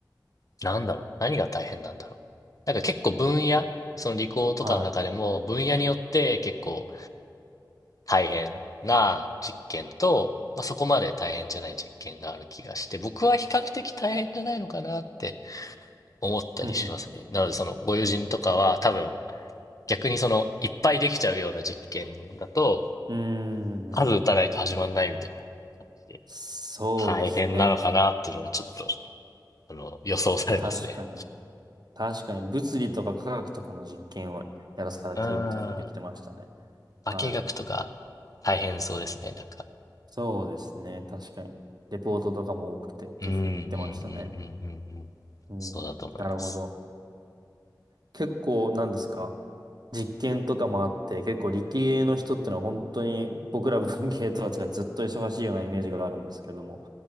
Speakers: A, on the left (about 50°); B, on the right (about 60°).
A: なんだろう、何が大変なんだろう。なんか結構分野、その理工とかの中でも分野によって結構
B: は
A: 大変な実験と、まあ、そこまで大変じゃない実験がある気がして、僕は比較的大変じゃないのかなって思ったりしますね。
B: い。うん、うん。
A: なので、そのご友人とかは多分逆にそのいっぱいできちゃうような実験だと、
B: うーん、うん、
A: 数打たないと始まんないみたいな感じで、
B: うん。そうですね。
A: 大変なのかなっていうのがちょっと、あの、予想されますね。
B: 確かに。確かに、物理とか科学とかの実験をやらされてるっていうふうに言ってましたね。
A: うん。化学とか大変そうですね、
B: はい。
A: なんか。
B: そうですね。確かに。レポートとかも多くてっていうふうに言ってましたね。
A: うん、うん、うん、うん、うん、うん。
B: うん。
A: そうだと思います。
B: なるほど。結構、なんですか実験とかもあって、結構理系の人ってのは本当に僕ら文系とは違ってずっと忙しいようなイメージがあるんですけども、